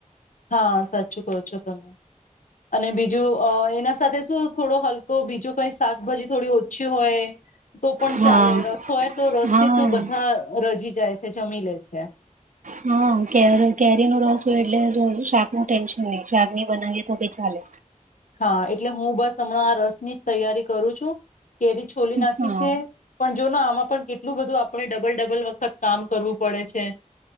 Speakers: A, on the left; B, on the right.
A: હા સાચું કહો છો તમે. અને બી જું અહ એના સાથે શું થોડો હલ તો બીજું કઈ સ શાકભાજી થોડી ઓછી હોય, તો પણ
B: હા
A: ચાલે, રસ હોય તો રસ
B: હા
A: થી શું બધા રજી જાય છે, જમી લે છે.
B: હા કેર કેરીનો રસ હોય એટલે જો શાક નું ટેન્શન નહીં, શાક નહી બનાવીએ તો ભી ચાલે.
A: હા એટલે હું બસ હમણાં આ રસ ની જ તૈયારી કરું છ છું. કેરી છોલી નાખી
B: હા
A: છે, પણ જોને આમાં પણ કેટલું બધું આપણે ડબલ-ડબલ વખત કામ કરવું પડે છે